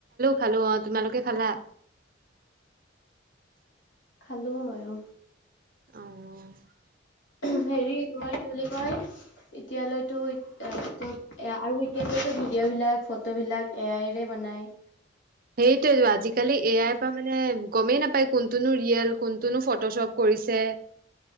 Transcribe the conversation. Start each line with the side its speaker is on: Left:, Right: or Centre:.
Right: খালো তোমালোকে খালা?
Left: খালোঁ ময়ো
Right: অঁ।
Left: হেৰি তোমাৰ কি বুলি কয় এতিয়ালৈতো এ এ। আৰু এতিয়াতো ভিডিঅ'বিলাক ফটোবিলাক এ আই এৰে বনায়।
Right: সেইটোৱেটো আজিকালি এ আই। তা মানে গমেই নাপায় কোনটোনো ৰিয়েল কোনটোনো ফটোশ্বপ কৰিছে।